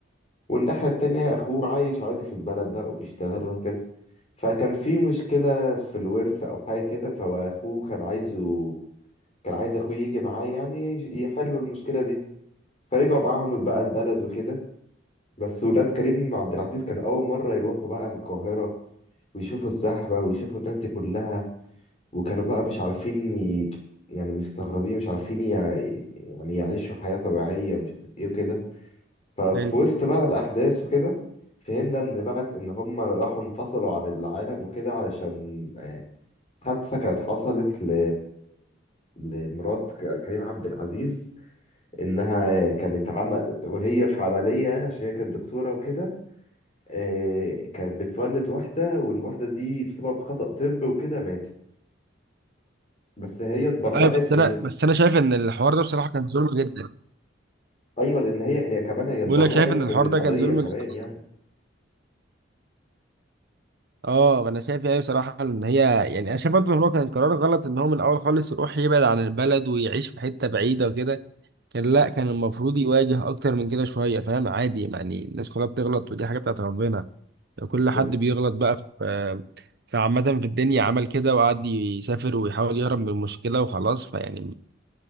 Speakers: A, on the left; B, on the right.
A: والناحية التانية أخوه عايش عادي في البلد بقى وبيشتغل وهكذا فكان في مشكلة في الورث أو حاجة كده فأخوه كان عايزه كان عايز أخوه يجي معاه يعني يحلوا المشكلة دي فرجعوا معاهم بقى البلد وكده بس ولاد كريم عبد العزيز كان أول مرة يروحوا بقى القاهرة ويشوفوا الزحمة ويشوفوا الناس دي كلها وكانوا بقى مش عارفين ي... يعني مستغربين مش عارفين يع... يعني يعيشوا حياة طبيعية مش عارف إيه وكده ففي
B: حلو
A: وسط بقى الأحداث وكده فهمنا إن بقى إن هم راحوا انفصلوا عن العالم وكده علشان حادثة كانت حصلت ل... لمرات ك- كريم عبد العزيز إنها كانت عم... وهي في عملية يعني عشان هي كانت دكتورة وكده آه، كانت بتولد واحدة والواحدة دي بسبب خطأ طب وكده ماتت بس هي اتبرأت
B: ايوه بس
A: من
B: انا
A: ال...
B: بس انا شايف ان الحوار ده بصراحه كان ظلم جدا
A: أيوة لأن هي هي كمان هي اتبرأت
B: بقول لك شايف ان الحوار
A: من القضية
B: ده كان ظلم
A: كمان
B: جدا
A: يعني
B: اه انا شايف يعني بصراحه ان هي يعني انا شايف برضه ان هو كان قرار غلط ان هو من الاول خالص يروح يبعد عن البلد ويعيش في حته بعيده وكده كان لا كان المفروض يواجه اكتر من كده شويه فاهم عادي يعني الناس كلها بتغلط ودي حاجه بتاعت ربنا كل
A: بس
B: حد بيغلط بقى في في عامه في الدنيا عمل كده وقعد يسافر ويحاول يهرب من المشكله وخلاص فيعني